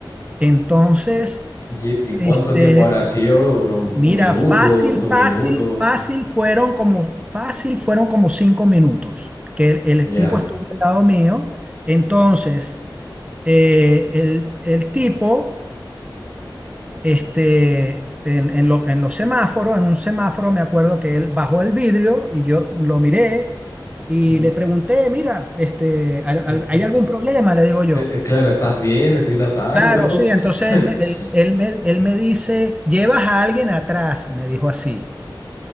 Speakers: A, on the right; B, on the left.
A: Entonces,
B: ¿Y, y cuánto
A: este,
B: tiempo habrá sido? ¿Uno-
A: mira,
B: un minuto?
A: fácil,
B: ¿Dos
A: fácil,
B: minutos?
A: fácil fueron como, fácil fueron como cinco minutos que el,
B: Ya.
A: el tipo estuvo al lado mío. Entonces, eh, el, el tipo este, en, en lo- en los semáforos, en un semáforo me acuerdo que él bajó el vidrio y yo lo miré y
B: Mm,
A: le pregunté, mira, este, ¿hay,
B: est-
A: hay- hay
B: eh,
A: algún problema? Le digo yo.
B: cl- eh, claro, ¿estás bien? ¿Necesitas algo?
A: Claro, sí, entonces
B: <laughs>
A: él me, él, él me, él me dice, llevas a alguien atrás, me dijo así.